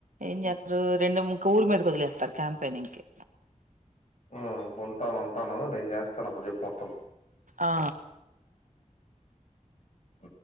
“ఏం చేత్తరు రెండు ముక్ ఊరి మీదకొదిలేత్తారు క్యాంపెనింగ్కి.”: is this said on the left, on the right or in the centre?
Right